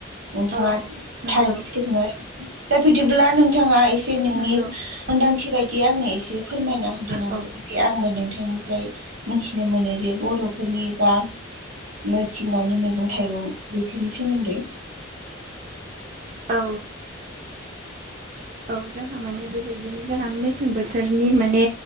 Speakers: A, on the right; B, on the right.
A: नोंथाङा
B: औ नंगौ
A: थारैनो सखौ दा बिदिब्ला नोंथाङा एसे नोंनि
B: नंगौ
A: मोनदांथि बायदि आंनो एसे फोरमायना होद ना
B: औ
A: जाहाथे आंबो नोंथांनिफ्राय मिथिनो मोनो जे बर'फोरनि बा मि मिथिंगानि मैगं-थाइगं बेफोरनि सोमोन्दै
B: औ औ जोंहा माने बेबायदि बिदिनो जोंहा मेसें बोथोरनि माने